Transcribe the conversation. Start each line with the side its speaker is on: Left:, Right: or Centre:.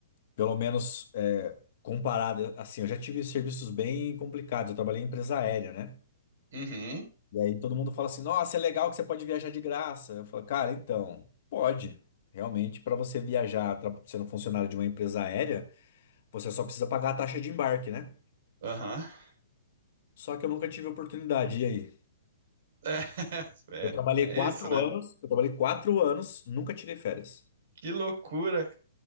Left: pelo menos é, comparado, assim, eu já tive serviços bem complicados. Eu trabalhei em empresa aérea, né?
Right: Uhum,
Left: E aí todo mundo fala assim: nossa, é legal que você pode viajar de graça. Eu falo, cara, então, pode. Realmente, para você viajar tra- sendo funcionário de uma empresa aérea, você só precisa pagar a taxa de embarque, né?
Right: aham. <laughs>
Left: Só que eu nunca tive oportunidade. E aí?
Right: É,
Left: Eu
Right: é,
Left: trabalhei
Right: é
Left: quatro
Right: isso, né?
Left: anos, eu trabalhei quatro anos, nunca tirei férias.
Right: Que loucura,